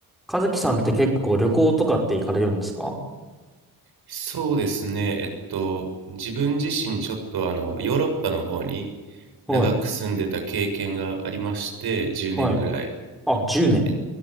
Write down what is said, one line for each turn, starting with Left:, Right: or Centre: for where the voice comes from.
Centre: 和樹さんって結構旅行とかって行かれるんですか
Right: そうですね、えっと、自分自身ちょっとあの、ヨーロッパの方に
Centre: はい。
Right: 長く住んでた経験がありまして、10年ぐらい。
Centre: はい。あ、10年。
Right: え、